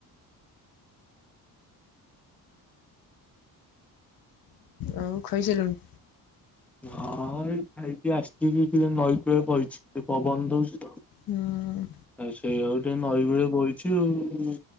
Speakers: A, on the left; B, in the centre.
A: ଆଉ ଖାଇସାଇଲଣି?
B: ହଁ ଅ ଏଇ ଖାଇକି ଆସିଛି ଟିକେ ନଈକୂଳ ବଇଚି ଟିକେ ପବନ ଦଉଛି ତ।
A: ହୁଁ।
B: ସେଇ ଆଉ ଟିକେ ନଈକୂଳେ ବଇଚି ଆଉ।